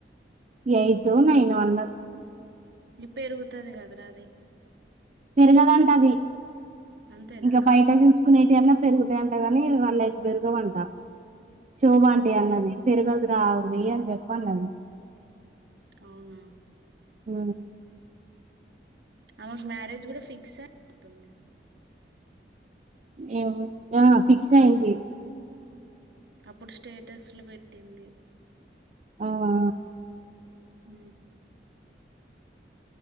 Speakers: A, on the right (about 40°); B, on the right (about 70°).
A: ఎయితో నైనో అన్నారు.
B: లి పెరుగుతది కదరా అది
A: పెరగదంట అది
B: అంతేనా?
A: ఇంకా బయట చూసుకు కొన్నిటి అన్న పెరుగుతాయింట కాని వాళ్ళవి పెరుగవంట శోభ ఆంటీ
B: హుహు.
A: అన్నది పెరగదురా అవి అని చెప్పండన్
B: అవునా
A: ఆ
B: ఆమెకు మ్యారేజ్ కూడా ఫిక్స్ అయినటుంది
A: ఏమో ఆ ఫిక్స్ అయ్యింది
B: అప్పుడు స్టేటస్లు పెట్టింది
A: ఆ ఆ
B: మ్